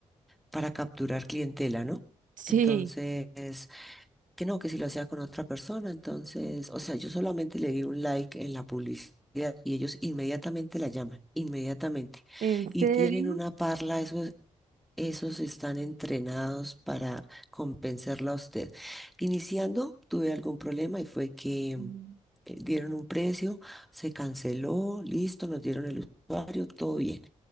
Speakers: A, in the centre; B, on the right (about 65°).
A: para capturar clientela, ¿no?
B: sí,
A: Entonces, que no, que si lo hacía con otra persona, entonces, o sea, yo solamente le di un like en la publicidad y ellos inmediatamente la llaman, inmediatamente.
B: ¿en serio?
A: Y tienen una parla, esos, esos están entrenados para compensarla a usted. Iniciando, tuve algún problema y fue que mm,
B: Mm.
A: eh, dieron un precio, se canceló, listo, nos dieron el usuario, todo bien.